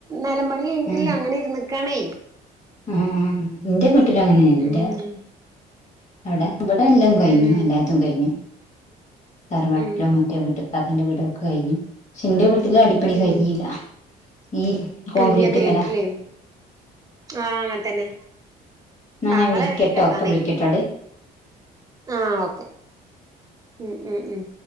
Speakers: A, on the right; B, on the left.
A: നെലം പണി കഴിഞ്ഞിട്ടില്ലാ
B: ഏഹ്
A: അങ്ങനെ ഇരുന്നക്കാണേ
B: ആഹ് ഇന്റെ വീട്ടിലു അങ്ങനെയാ ഇൻ്റെ
A: ഉം
B: അവിടെ ഇബടെ എല്ലോം കയിഞ്ഞു
A: ഉം
B: എല്ലാത്തും കഴിഞ്ഞു തറവാട്ടിലോ
A: ഉം
B: മറ്റേ വീട്ട് താത്താൻ്റെ വീടൊക്കെ കയിഞ്ഞു ക്ഷെ ഇന്റെ വീട്ടില് അടി പ്പണി
A: ഉം
B: കഴിഞ്ഞില്ല ഈ കോൺക്രീറ്റുമ്മലാ
A: ഇല്ല കഴിഞ്ഞിട്ടില്ലേ ആഹ് അങ്ങനെ തന്നെ
B: എന്നാ
A: ആങ്ങളാണെങ്കി
B: ഞാൻ വിളിക്കട്ടോ
A: കെട്ടാന്നായിക്ക്ണ്
B: ഇപ്പ വിളിക്കട്ടോ
A: ആഹ് ഓക്കെ ഉം ഉം ഉം